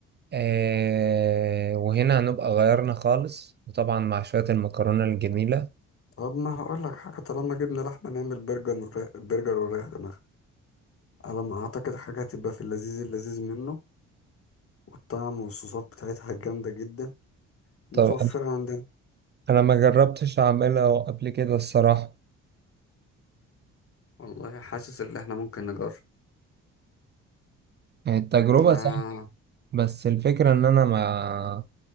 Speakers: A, on the right; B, on the left.
A: آه وهنا هنبقى غيرنا خالص وطبعا مع شوية المكرونة الجميلة
B: طب ما هقول لك حاجة طالما جبنا لحمة نعمل برجر ورا- برجر وريح دماغك على ما أعتقد حاجة هتبقى في اللذيذ اللذيذ منه والطعم والصوصات بتاعتها جامدة جدا متوفرة
A: طب
B: عندنا
A: انا ما جربتش اعملها قبل كده الصراحة
B: والله حاسس ان احنا ممكن نجرب
A: التجربة
B: آه
A: سهلة بس الفكرة ان انا ما